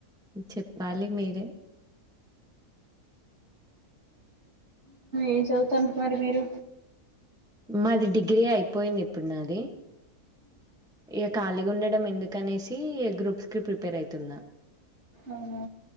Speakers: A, in the centre; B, on the right.
A: చెప్పాలి మీరే
B: ఏం చదువుతంట మరి మీరు
A: మాది డిగ్రీ అయిపోయింది ఇప్పుడు నాది ఇక ఖాళీగా ఉండడం ఎందుకనేసి గ్రూప్స్ కి ప్రిపేర్ అయితున్నా
B: అవునా